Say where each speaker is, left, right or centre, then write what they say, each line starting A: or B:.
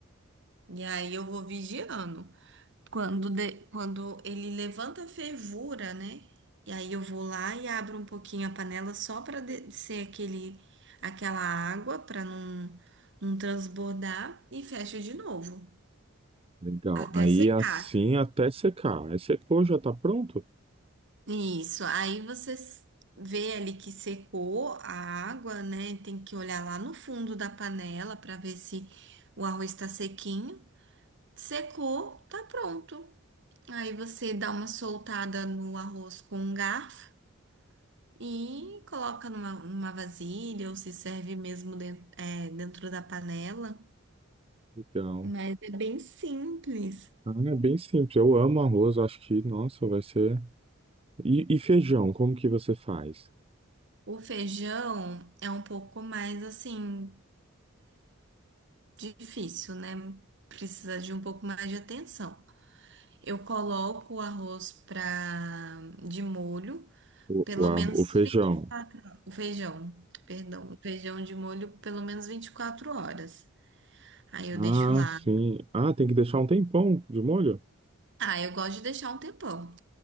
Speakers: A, on the right; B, on the right.
A: E aí eu vou vigiando. Quando, de- quando ele levanta a fervura, né? E aí eu vou lá e abro um pouquinho a panela só para descer aquele, aquela água para não, não transbordar e fecho de novo
B: Legal.
A: até
B: Aí
A: secar.
B: assim até secar. Aí secou, já tá pronto?
A: Isso, aí você s- vê ali que secou a água, né? Tem que olhar lá no fundo da panela para ver se o arroz está sequinho. Secou, tá pronto. Aí você dá uma soltada no arroz com um garfo e coloca numa, numa vasilha ou se serve mesmo dentro, dentro da panela.
B: Legal.
A: Mas é bem simples.
B: Ah, é bem simples. Eu amo arroz, acho que, nossa, vai ser. E, e feijão, como que você faz?
A: O feijão é um pouco mais assim. Difícil, né? Precisa de um pouco mais de atenção. Eu coloco o arroz pra, de molho,
B: O,
A: pelo
B: o, ar-
A: menos
B: o feijão.
A: 20, o feijão, perdão, o feijão de molho pelo menos 24 horas. Aí eu
B: Ah,
A: deixo lá.
B: ah, sim. Ah, tem que deixar um tempão de molho?
A: Ah, eu gosto de deixar um tempão.